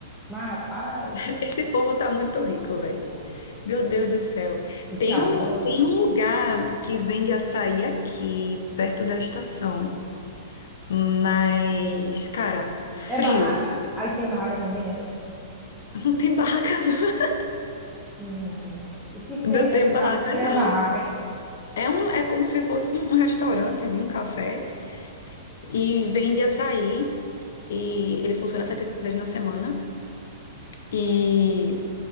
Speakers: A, in the centre; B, on the left.
A: mas rapaz.
B: Esse povo tá muito rico, velho.
A: Foi.
B: Meu Deus do céu.
A: Pizza
B: Tem
A: boa.
B: um, tem um lugar que vende açaí aqui, perto da estação. Mas, cara, frio.
A: É barraca? Aí tem barraca também, é?
B: <laughs> Não tem barraca, não.
A: Que nada. O que seria
B: Não tem
A: o Brasil
B: barraca,
A: sem
B: não.
A: as barracas, hein?
B: É, um, é como se fosse um restaurantezinho, um café. E vende açaí. E ele funciona sete vezes na semana. E